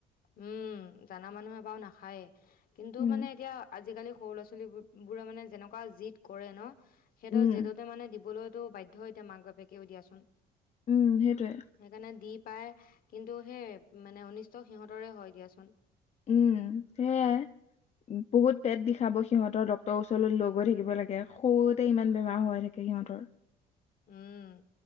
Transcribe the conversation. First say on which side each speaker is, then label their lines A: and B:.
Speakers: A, on the left; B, on the left.
A: উম জানা মানুহে বাৰু নাখায়েই। কিন্তু
B: উম
A: মানে এতিয়া আজিকালি সৰু ল'ৰা ছোৱালী। <unintelligible> বোৰে মানে যেনেকুৱা জিদ। কৰে ন। সিহঁতৰ
B: উম
A: জেদতে মানে দি। দিবলৈতো বাধ্যই এতিয়া মাক বাপেকেও দিয়াচোন।
B: উম সেইটোৱে।
A: সেইকাৰণে দি পায় কিন্তু। এইটো সে মানে অনিষ্ট সিহঁতৰে হয় দিয়াচোন।
B: উম সেয়াই বহুত পেট বিষাব সিহঁতৰ ডক্তৰৰ ওচৰলৈ লৈ গৈ থাকিব লাগে। সৰুতে ইমান বেমাৰ হৈ থাকে সিহঁতৰ।
A: উম